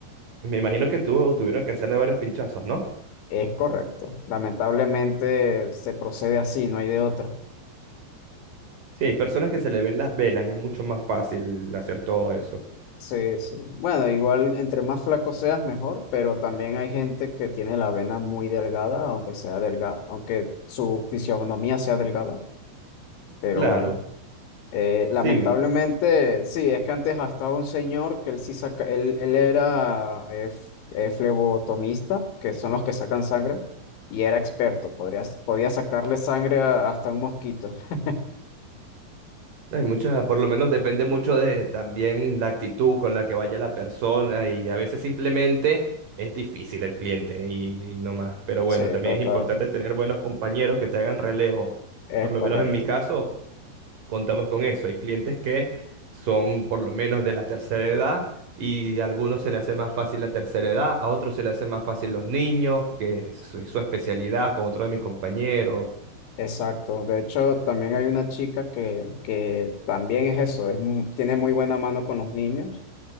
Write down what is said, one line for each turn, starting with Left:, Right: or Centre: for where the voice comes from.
Right: me imagino que tú tuvieron que hacerle varios pinchazos, ¿no?
Left: Es correcto. Lamentablemente se procede así, no hay de otra.
Right: Sí, hay personas que se le ven las venas y es mucho más fácil hacer todo eso.
Left: Sí, sí. Bueno, igual entre más flaco seas, mejor, pero también hay gente que tiene la vena muy delgada, aunque sea delgada, aunque su fisionomía sea delgada, pero
Right: Claro,
Left: bueno. Eh, lamentablemente,
Right: sí, vi.
Left: sí, es que antes estaba un señor que él sí saca, él, él era eh, f- eh, flebotomista, que son los que sacan sangre, y era experto, podría, podía sacarle sangre a- hasta un mosquito. <laughs>
Right: hay muchas, por lo menos depende mucho de también la actitud con la que vaya la persona y a veces simplemente es difícil el cliente y, y no más. Pero bueno,
Left: Sí,
Right: también
Left: total,
Right: es importante tener buenos compañeros que te hagan relevo.
Left: es
Right: Por lo
Left: correcto.
Right: menos en mi caso, contamos con eso. Hay clientes que son por lo menos de la tercera edad y a algunos se le hace más fácil la tercera edad, a otros se le hace más fácil los niños, que es su, su especialidad, con otros de mis compañeros.
Left: Exacto. De hecho, también hay una chica que, que también es eso, es, mu- tiene muy buena mano con los niños